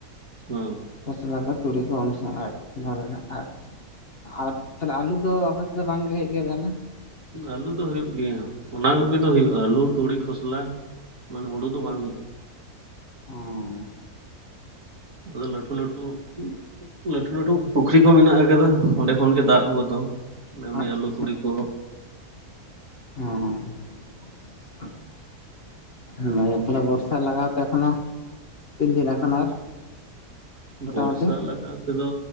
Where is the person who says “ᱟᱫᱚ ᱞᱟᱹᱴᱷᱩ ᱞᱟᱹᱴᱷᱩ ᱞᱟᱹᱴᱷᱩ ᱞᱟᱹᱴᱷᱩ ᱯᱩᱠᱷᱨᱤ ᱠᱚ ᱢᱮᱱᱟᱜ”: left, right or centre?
Right